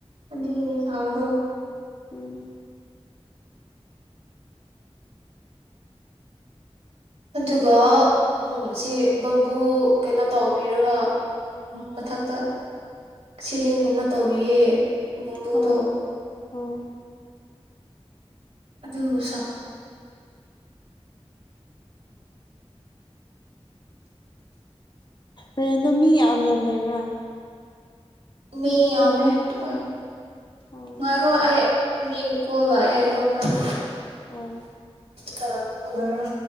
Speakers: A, on the right; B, on the left.
A: ꯑꯗꯨꯒꯤꯅꯦ ꯁꯥꯕꯗꯣ
B: ꯎꯝ
A: ꯑꯗꯨꯒ ꯎꯝ ꯁꯤ ꯕꯝꯕꯨ ꯀꯩꯅꯣ ꯇꯧꯕꯤꯔꯒ ꯃꯊꯛꯇ ꯁꯤꯂꯤꯡꯒꯨꯝꯅ ꯇꯧꯕꯤꯌꯦ ꯕꯝꯕꯨꯗꯣ
B: ꯑꯣ ꯑꯣ
A: ꯑꯗꯨ <unintelligible>
B: ꯔꯦꯟꯗꯣ ꯃꯤ ꯌꯥꯝ ꯌꯥꯝ ꯂꯩꯕ꯭ꯔꯥ
A: ꯃꯤ ꯌꯥꯝꯃꯦ ꯍꯣꯏ
B: ꯑꯣ
A: ꯉꯥꯏꯈꯣ ꯑꯩ ꯃꯤ ꯀꯣꯜ ꯂꯥꯛꯑꯦ ꯑꯗꯣ ꯑꯃꯔꯛ
B: ꯑꯣ
A: ꯇꯧꯔꯛꯄ ꯂꯣꯢꯔꯒ